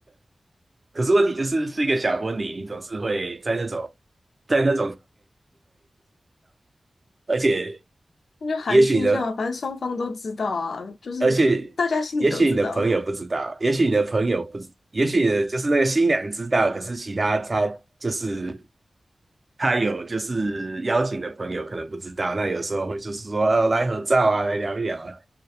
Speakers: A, on the right (about 35°); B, on the left (about 85°).
A: 可是问题就是是一个小婚礼，你总是会在那种在那，而且
B: 那就寒暄一下嘛，
A: 也许呢，
B: 反正双方都知道啊，就是大家心里都知道。
A: 而且也许你的朋友不知道，也许你的朋友不知，也许你的就是那个新娘知道，可是其他他就是他有就是邀请的朋友可能不知道，那有时候会就是说哦来合照啊，来聊一聊啊，